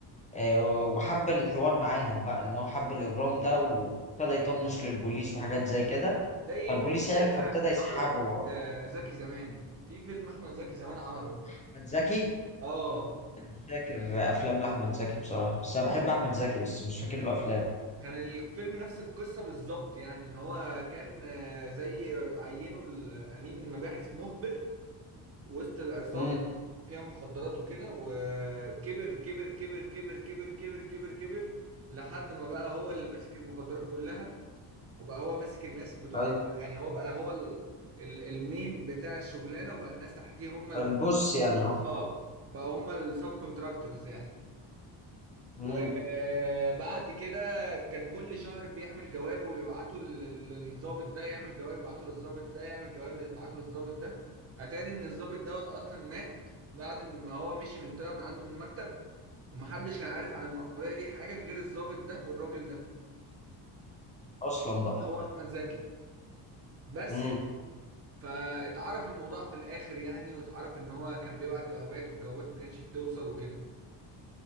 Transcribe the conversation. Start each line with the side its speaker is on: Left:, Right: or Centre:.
Left: آه، وحب الحوار معاهم بقى ان هو حب الاجرام ده وابتدى يطنش للبوليس وحاجات زي كده
Right: زي
Left: فالبوليس
Right: فيلم
Left: عرف
Right: كده
Left: فابتدى يسحبه
Right: عمله احمد آه، زكي زمان في فيلم احمد زكي زمان عمله
Left: احمد زكي
Right: اه
Left: مش فاكر افلام لاحمد زكي بصراحة بس انا بحب احمد زكي بس مش فاكر له افلام
Right: كان الفيلم نفس القصة بالظبط يعني ان هو كان آه، زي عينه الامين المباحث مخبر وسط العصابة
Left: امم
Right: فيها مخدرات وكده وكبر كبر كبر كبر كبر كبر كبر كبر لحد ما بقى هو اللي ماسك المخدرات كلها وبقى هو ماسك الناس بتوع
Left: ايوه
Right: يعني هو بقى هو ال... ال... المين بتاع الشغلانة وبقى الناس تحتيه هم ال...
Left: البص يعني اه
Right: اه بقى هم السب كونتراكتورز يعني
Left: مم.
Right: وبعد كده كان كل شهر بيعمل جواب ويبعته لل- للضابط ده يعمل جواب يبعته للضابط ده يعمل جواب يبعته للضابط ده اتاري ان الضابط دوت اصلا مات بعد ما هو مشي من طلع من عنده من المكتب ومحدش كان عارف عن المأمورية دي حاجة غير الضابط ده والراجل ده
Left: اصلا بقى
Right: اللي هو أحمد زكي بس
Left: امم
Right: فاتعرف الموضوع في الآخر يعني واتعرف ان هو كان بيبعت جوابات والجوابات ما كانتش بتوصل وكده